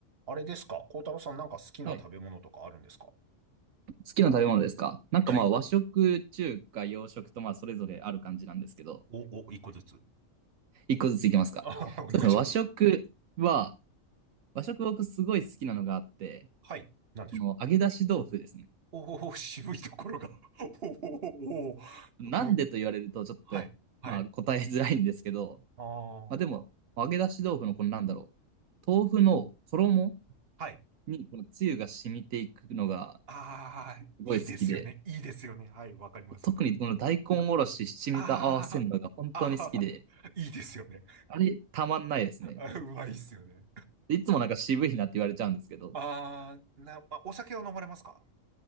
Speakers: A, on the right; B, on the right.
A: あれですか孝太郎さんなんか好きな食べ物とかあるんですか
B: はい好きな食べ物ですかなんかまあ和食、
A: はい。
B: 中華、洋食とまあそれぞれある感じなんですけど、
A: お、お、一個ずつ。<laughs>
B: 一個ずついきますか。
A: あーお願いします。
B: そうですね、和食は、和食僕すごい好きなのがあって、
A: はい。なんでしょ
B: この揚げ出し豆腐ですね。
A: うおお、<laughs> 渋いところが。<laughs> おお、おおもう、
B: なんでと言われるとちょっとまあ答えづらいんですけど、
A: はい。はい。ああ、
B: まあでも揚げ出し豆腐のこのなんだろう、豆腐の衣
A: はい。
B: にこのつゆが染みていくのが
A: ああ、いいですよね。
B: すごい好きで、
A: いいですよね。はい。わかります。
B: 特にこの大根おろし、
A: わかります。
B: 七味と合わせるのが本当に好きで、
A: ああ、ああ、<laughs> いいですよね。
B: あれたまんないですね。
A: <laughs> あうまいっすよね。
B: いつもなんか渋いなって言われちゃうんですけど、
A: ああ、な、あ、お酒を飲まれますか